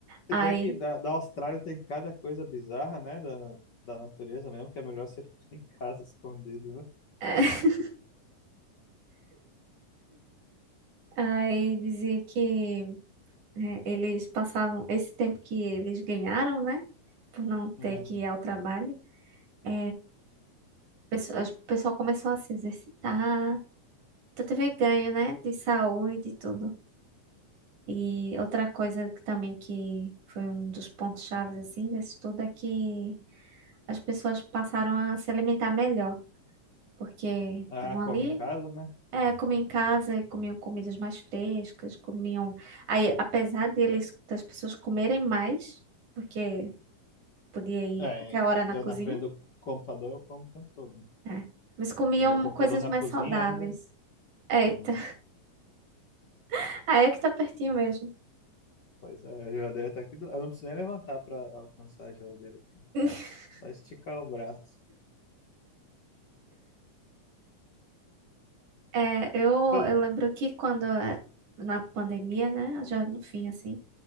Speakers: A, on the right; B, on the left.
A: Aí,
B: Se bem que da, da Austrália tem cada coisa bizarra, né? Da, da natureza mesmo, que é melhor você <laughs> ficar em casa escondido, né?
A: <laughs> aí dizia que né, eles passavam esse tempo que eles ganharam, né? Por não ter
B: Hum.
A: que ir ao trabalho. É, pesso- as- o pessoal começou a se exercitar. Então teve ganho, né? De saúde e tudo. E outra coisa que também que foi um dos pontos chaves assim desse tudo é que as pessoas passaram a se alimentar melhor, porque
B: Ah,
A: estavam
B: come
A: ali,
B: em casa, né?
A: é, comiam em casa, e comiam comidas mais frescas, comiam. Aí, apesar deles das pessoas comerem mais, porque Podia ir
B: É,
A: qualquer hora na
B: eu
A: cozinha.
B: na frente do computador eu como o tempo todo. né?
A: É. Mas comiam
B: E meu computador
A: coisas
B: na
A: mais
B: cozinha
A: saudáveis.
B: ainda.
A: Eita,
B: Uhum.
A: <laughs> aí é que tá pertinho mesmo.
B: Pois é, a geladeira tá aqui do Eu não preciso nem levantar pra alcançar a geladeira aqui.
A: <laughs>
B: Só esticar o braço.
A: É, eu,
B: Pois,
A: eu lembro que quando eh, na pandemia, né, já no fim assim,